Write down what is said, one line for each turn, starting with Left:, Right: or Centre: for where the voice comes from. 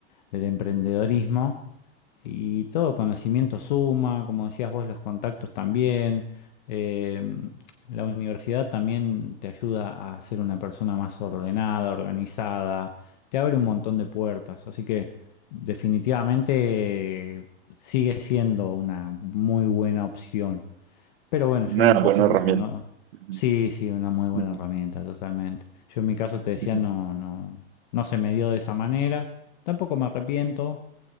Left: del emprendedorismo, y todo conocimiento suma, como decías vos, los contactos también, eh, la universidad también te ayuda a ser una persona más ordenada, organizada, te abre un montón de puertas, así que definitivamente eh, sigue siendo una muy buena opción. Pero bueno, yo
Right: Una
Left: en mi caso
Right: buena
Left: no,
Right: herramienta.
Left: no.
Right: Ujú,
Left: Sí, sí, una muy buena
Right: ujú,
Left: herramienta, totalmente. Yo en mi caso te decía,
Right: ujú,
Left: no, no, no se me dio de esa manera. Tampoco me arrepiento,